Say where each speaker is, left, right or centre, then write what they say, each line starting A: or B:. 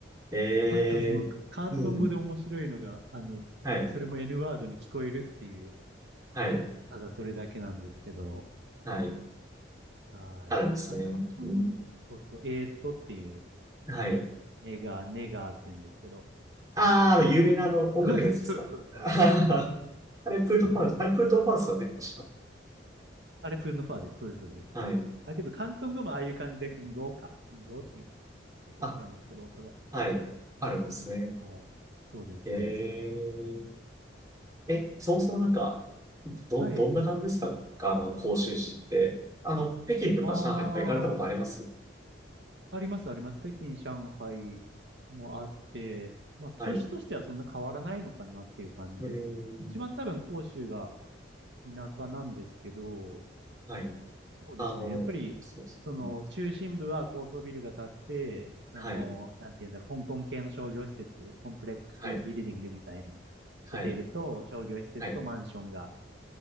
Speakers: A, on the right (about 20°); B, on the right (about 70°).
A: えー、
B: あと、その、広東語で面白いのが、
A: うん。
B: あの、
A: はい、
B: あの、それも N ワードに聞こえるっていう、
A: はい、
B: ただそれだけなんですけど、
A: はい。
B: はい。
A: あるんですね。
B: あれ、広東語っていうか、
A: うん、
B: そうそう、えーっとっていう、
A: はい。
B: ネガー、ネガーって言うんですけど。
A: あー、あの有名なあの音楽のやつですか。
B: <laughs> そうそうそうそう。
A: <laughs> あれ、プルートファンス、
B: そうそう
A: あれ、プルートファウスよね、確か。
B: あれ、プンノファーです。そうです。そうです
A: はい。
B: あ、けど、広東語もああいう感じで、んごか。んごっていう、ちょっと違うんですけど、
A: あ、
B: 音が。
A: はい。あるんですね。
B: はい。そうです、
A: えー
B: そうです。
A: え、そもそもなんか、ど、
B: はい。
A: どんな感じですかあの、広州市って。あの、北京とか上海とか行かれたことあります
B: ああ、あります、あります。北京、上海もあって、まあ、
A: はい。
B: 都市としてはそんな変わらないのかなっていう感じですね。
A: うーん。
B: 一番多分、広州が田舎なんですけど、
A: はい。
B: そうですね。
A: あの、
B: やっぱり、
A: そうですね。
B: その、中心部は高層ビルが建って、あの、
A: はい。
B: なんて言うんだろう、香港系の商業施設、コンプレックスビルディングみたいな、
A: はい。はい。
B: ホテルと商業施設とマンションが
A: はい。